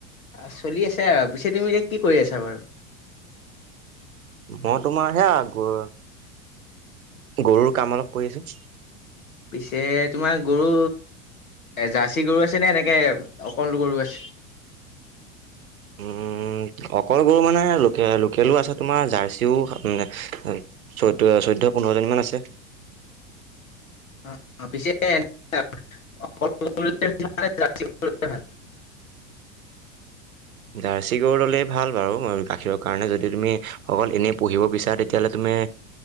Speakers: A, on the left (about 80°); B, on the right (about 80°).
A: আহ, চলি আছে, আৰু পিছে তুমি এতিয়া কি কৰি আছা বাৰু?
B: মই তোমাৰ সেয়া আকৌ। গৰুৰ কাম অলপ কৰি আছোঁ।
A: পিছে তোমাৰ গৰু? এ জাৰ্চি গৰু আছে নে, এনেকে অকল গৰু আছে? <inaudible>
B: উম, অকল গৰু মানে, লোক-লোকেলো আছে তোমাৰ জাৰ্চিও পোন্ধৰজনীমান আছে।
A: <unintelligible> পিছে <unintelligible>
B: জাৰ্চি গৰু ল'লেই ভাল বাৰু, গাখীৰৰ কাৰণে যদি তুমি অকল এনেই পঢ়িব বিচাৰা তেতিয়াহ'লে তুমি